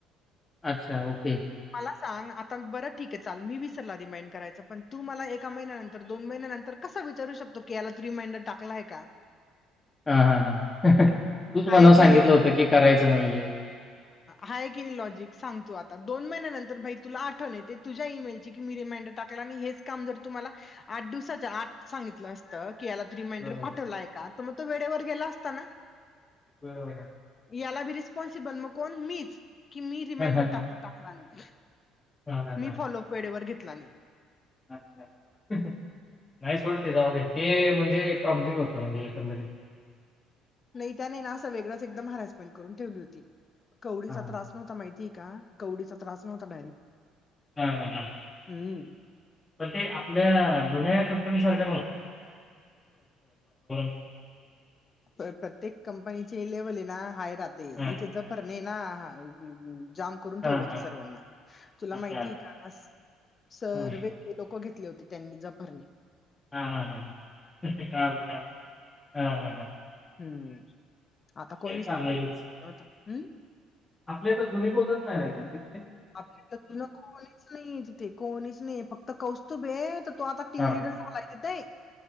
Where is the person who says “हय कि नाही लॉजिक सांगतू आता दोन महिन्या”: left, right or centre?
Left